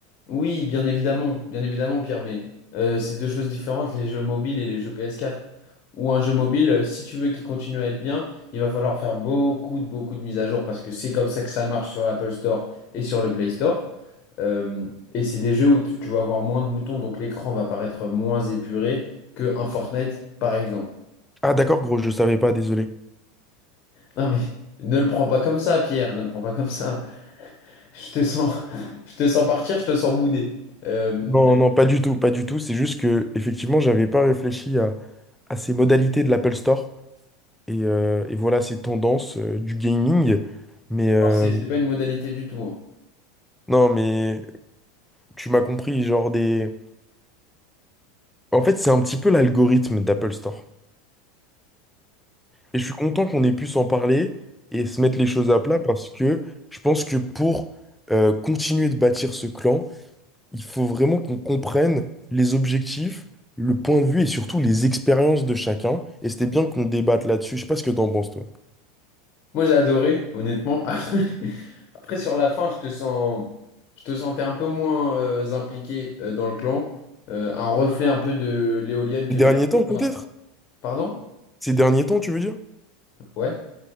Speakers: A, on the left; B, in the centre.
A: Oui, bien évidemment, bien évidemment, Pierre, mais euh, c'est deux choses différentes, les jeux mobiles et les jeux PS4. Ou un jeu mobile, euh, si tu veux qu'il continue à être bien, il va falloir faire beaucoup de beaucoup de mises à jour parce que c'est comme ça que ça marche sur l'Apple Store et sur le Play Store. Euh, et c'est des jeux où t- tu vas avoir moins de boutons, donc l'écran va paraître moins épuré que un Fortnite, par exemple.
B: Ah d'accord, gros, je savais pas, désolé.
A: Non mais ne le prends pas comme ça, Pierre, ne le prends pas comme ça. Je te sens, <laughs> je te sens partir, je te sens bouder. Euh,
B: Non, non, pas du tout, pas du tout. C'est juste que, effectivement, j'avais pas réfléchi à, à ces modalités de l'Apple Store et, euh, et voilà ces tendances euh, du gaming. Mais euh,
A: alors c'est c'est pas une modalité du tout. hein.
B: non, mais tu m'as compris, genre des. En fait, c'est un petit peu l'algorithme d'Apple Store. Et je suis content qu'on ait pu s'en parler et se mettre les choses à plat parce que je pense que pour euh, continuer de bâtir ce clan, il faut vraiment qu'on comprenne les objectifs, le point de vue et surtout les expériences de chacun. Et c'était bien qu'on débatte là-dessus. Je sais pas ce que t'en penses, toi.
A: Moi, j'ai adoré, honnêtement. <laughs> Après, après, sur la fin, je te sens, je te sentais un peu moins euh, impliqué euh, dans le clan. Euh, un reflet un peu de l'éolienne que
B: Ces derniers
A: j'aperçois.
B: temps, peut-être?
A: Pardon?
B: Ces derniers temps, tu veux dire?
A: Ouais.